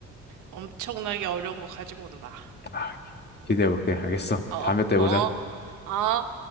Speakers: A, on the right (about 85°); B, on the left (about 35°).
A: 엄청나게 어려운 거 가지고 온다.
B: 아, 기대해볼게. 알겠어.
A: 어,
B: 다음에 또 해보자.
A: 어, 어.